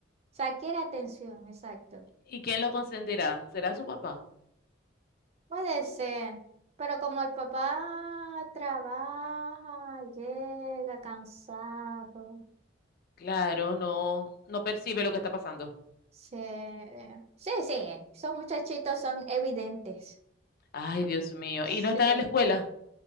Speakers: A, on the right; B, on the left.
A: sea, quiere atención, exacto.
B: ¿Y quién lo consentirá? ¿Será su papá?
A: Puede ser, pero como el papá trabaja, llega cansado,
B: Claro, no, no percibe lo que está pasando.
A: sí, sí, sí, esos muchachitos son evidentes.
B: Ay, Dios mío. ¿Y
A: Sí,
B: no están en la escuela?